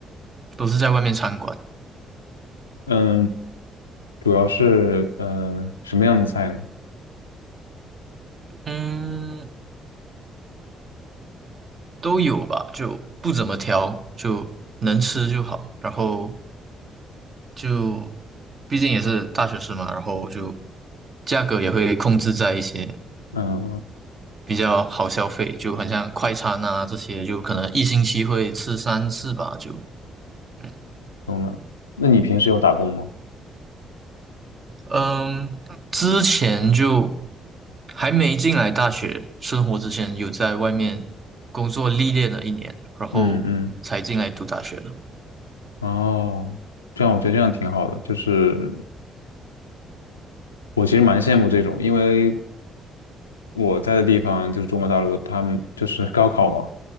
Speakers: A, on the right; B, on the left.
A: 都是在外面餐馆。
B: 嗯，主要是嗯、呃什么样的菜呢？
A: 嗯，都有吧，就不怎么挑，就能吃就好。然后就毕竟也是大学生嘛，然后就价格也会控制在一些
B: 嗯，
A: 比较好消费，就很像快餐啊这些，就可能一星期会吃三次吧，就嗯
B: 懂了。那你平时有打工吗？
A: 嗯，之前就还没进来大学生活之前，有在外面工作历练了一年，然后才进来读大学的。
B: 嗯嗯，哦，这样我觉得这样挺好的，就是我其实蛮羡慕这种，因为我在的地方就是中国大陆，他们就是 <laughs> 高考嘛，